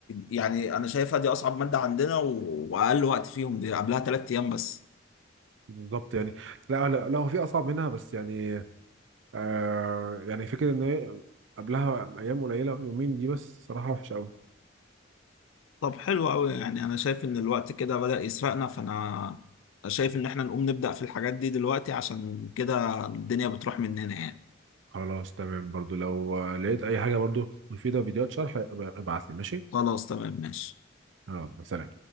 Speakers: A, on the left; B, on the right.
A: يعني أنا شايفها دي أصعب مادة عندنا و- وأقل وقت فيهم دي قبلها تلات أيام بس
B: بالظبط يعني لا لا لا هو في أصعب منها بس يعني آه يعني فكرة إن هي قبلها أيام قليلة يومين دي بس صراحة وحشة
A: طب حلو قوي يعني انا شايف ان الوقت كده بدأ يسرقنا فانا شايف ان احنا نقوم نبدأ في الحاجات دي دلوقتي عشان كده الدنيا بتروح مننا يعني
B: خلاص تمام برضو لو آه، لقيت اي حاجه برضو مفيده فيديوهات شرح ابعت لي ماشي
A: خلاص تمام ماشي
B: يلا سلام